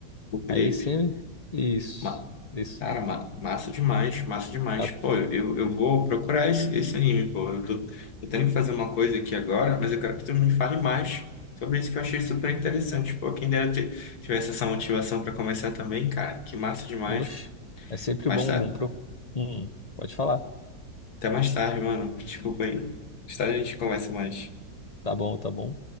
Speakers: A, on the left; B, on the left.
A: O Felipe.
B: Aí sempre. Isso,
A: Ma-
B: isso.
A: Cara, ma- massa demais, massa demais.
B: Ah,
A: Pô, eu, eu vou procurar esse, esse anime, pô. Eu tô, tô tendo que fazer uma coisa aqui agora, mas eu quero que tu me fale mais sobre isso que eu achei super interessante. Pô, quem dera ter, tivesse essa motivação pra começar também, cara. Que massa demais.
B: poxa, é sempre
A: Mas
B: bom,
A: tá,
B: bom pro... Hum, pode falar.
A: até mais tarde, mano. Desculpa aí. Mais tarde a gente conversa mais.
B: Tá bom, tá bom.